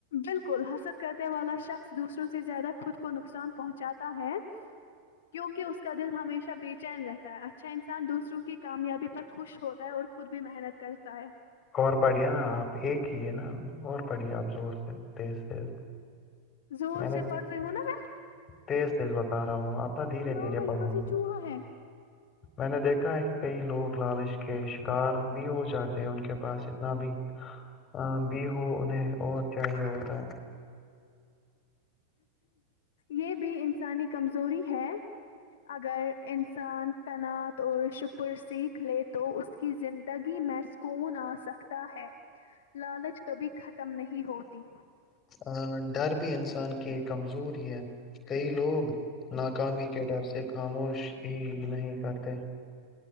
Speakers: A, on the left (about 55°); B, on the left (about 25°).
A: بالکل حسل کرنے والا شخص دوسروں سے زیادہ خود کو نقصان پہنچاتا ہے کیوںہ اس کا دل ہمیشہ بے چین رہتا ہے اچھا انسان دوسروں کی کامیابی پر خوش ہوتا ہے اور خود بھی محنت کرتا ہے
B: اور پڑھیے نا آپ ایک ہی ہے نا اور پڑھیے آپ زور سے تیز تیز
A: زور
B: میں نے
A: سے
B: دیکھ-
A: پڑھ رہی ہووں نا میں
B: تیز تیز بتا رہا ہوں آنا دھیرے
A: اللہ
B: دھیرے پڑھوںے
A: یہاں سے چوہا ہے
B: میں نے دیکھا ہے کہ کئی لوگ لالچ کے شکار بھی ہو جاتے ہیں ان کے پاس اتنا بھی ا بھی ہو انہیں اور چاہیے ہوتا ہے
A: یہ بھی انسانی کمزوری ہے اگر انسان کنعت اور شکر سیکھ لے تو اس کی زندگی میں کون آ سکتا ہے لالچ کبھی ختم نہیں ہوتی
B: ا ڈر بھی انسان کی کمزور ہے کئی لوگ ناکامی کے ڈر سے خاموش ہی نہیں کرتے